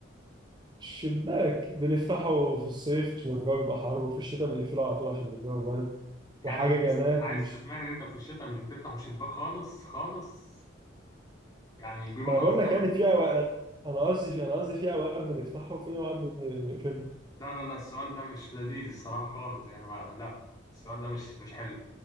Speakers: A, on the right; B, on the left.
A: شباك بنفتحه في الصيف عشان الجو يبقى حر وفي الشتاء بنقفله على طول عشان الجو برد
B: يعني
A: وحاجه
B: انت
A: جماد
B: بس عايز
A: مش
B: تقنعني ان انت في الشتاء مش بتفتح الشباك خالص خالص يعني بيبقى
A: ما
B: مقفول
A: انا بقول لك
B: على-
A: يعني في اوقات انا قصدي في انا قصدي في اوقات بنفتحه وفي اوقات بن- بنقفله
B: لا لا لا السؤال ده مش لذيذ الصراحة خالص يعني ما لا السؤال ده مش مش حلو